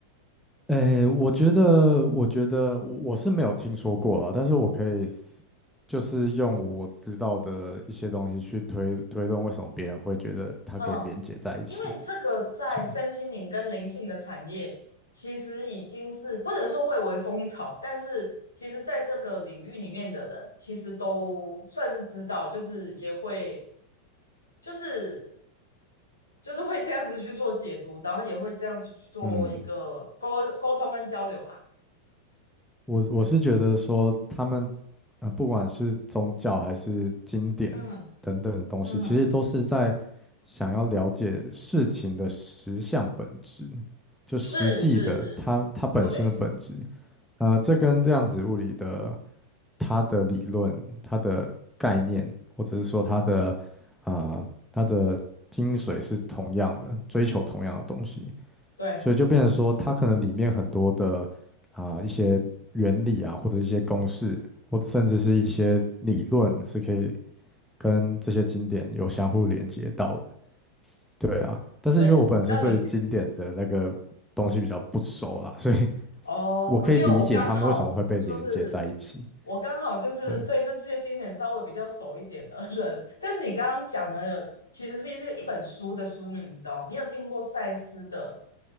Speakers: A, in the centre; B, on the left (about 75°).
A: 诶，我觉得，我觉得我我是没有听说过啊，但是我可以是就是用我知道的一些东西去推推动，为什么别人会觉得它可以连接在一起。
B: 嗯，因为这个在三星灵跟灵性的产业，
A: 就
B: 其实已经是不能说蔚为风潮，但是其实在这个领域里面的人，其实都算是知道，就是也会就是就是会这样子去做解读，然后也会这样子去做一个沟沟通跟交流啦。
A: 嗯，我我是觉得说他们，呃，不管是宗教还是经典
B: 嗯
A: 等等的东西，
B: 嗯，
A: 其实都是在想要了解事情的实相本质，就实际的它它本身的本质。
B: 是是是，对
A: 呃，这跟量子物理的它的理论、它的概念，或者是说它的啊、呃它的精髓是同样的，追求同样的东西，
B: 对
A: 所以就变成说，它可能里面很多的啊、一些原理啊，或者一些公式，或者甚至是一些理论，是可以跟这些经典有相互连接到的。对啊，但是因为我本身对于经典的那个东西比较不熟啦，
B: 对，你知道你
A: 所以
B: 哦，
A: 我可以理解他们为什么会被连接在一起。
B: 因为我刚好就是我刚好就是对这些经典稍微比较熟一点的人，
A: 对，
B: 但是你刚刚讲的其实是一是一本书的书名，你知道？你有听过赛斯的